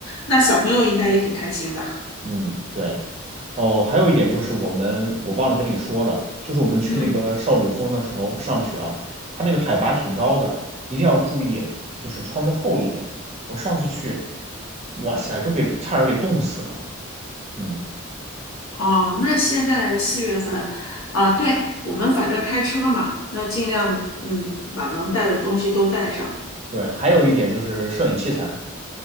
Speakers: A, on the left; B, on the right.
A: 那小朋友应该也挺开心的。
B: 嗯，对。哦，还有一点就是我们我忘了跟你说了，就是我们去那个少女峰的时候上去啊，
A: 嗯，
B: 它那个海拔挺高的，一定要注意，就是穿的厚一点。我上次去，哇塞，都给差点给冻死了。嗯，
A: 哦，那现在四月份，啊，对，我们反正开车嘛，那尽量嗯把能带的东西都带上。
B: 对。还有一点就是摄影器材，